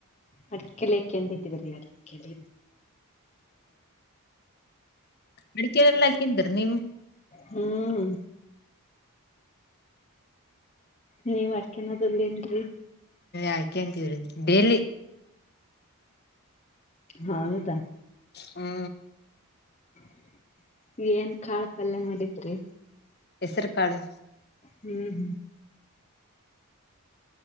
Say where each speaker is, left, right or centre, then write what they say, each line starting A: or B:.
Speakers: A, on the left; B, on the left.
A: ಅಡಿಕಲಕ್ಕೆ ಎಂತ ಇತಿ ಬೀ ಅಡಕಲಿ.
B: ಅಡಿಕೆಎಲ್ಲಾ ಹಾಕಂತಿರಿ ನೀವು
A: ಹುಂ ನೀವ್ ಆಕೊನದಿಲ್ಲೇನ್ರಿ
B: ಹಾಕಂತೀವ್ರಿ ಡೇಲಿ
A: ಹೌದಾ
B: ಹುಂ
A: ನಿವು ಏನ್ ಕಾಳ ಪಲ್ಯಾ ಮಾಡಿದ್ರಿ.
B: ಹೆಸರು ಕಾಳು
A: ಹುಂ